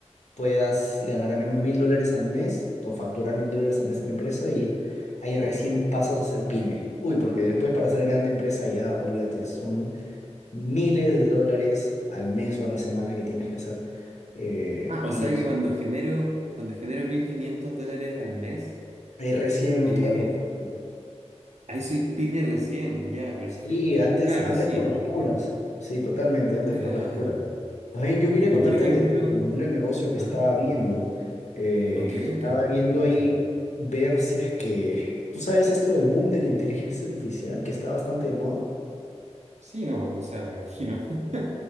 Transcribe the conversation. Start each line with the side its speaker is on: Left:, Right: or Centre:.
Left: puedas ganar al menos mil dólares al mes o facturar mil dólares al mes en la empresa y ahí recién pasas a ser pyme. Uy, porque después para ser grande empresa ya, olvídate, son miles de dólares al mes o a la semana que tienes que hacer. Eh,
Right: Ah,
Left: y
Right: o sea que
Left: es-
Right: cuando genero, cuando genero 1.500 dólares al mes,
Left: ahí recién
Right: eh,
Left: opta por ser pyme.
Right: ahí soy pyme recién, ya, perfecto.
Left: Sí, antes,
Right: Claro,
Left: antes
Right: sí,
Left: por
Right: po,
Left: las puras. Sí, totalmente, antes
Right: claro.
Left: por las puras. Más bien, yo quería
Right: Y
Left: contarte
Right: por ejemplo,
Left: de- del modelo de negocio que
Right: ajá,
Left: estaba viendo. Eh,
Right: ok,
Left: estaba
Right: ok, qué
Left: viendo
Right: interesante.
Left: ahí ver si es que... ¿Tú sabes esto del boom de la inteligencia artificial que está bastante de moda?
Right: Sí, no, o sea, me imagino. <laughs>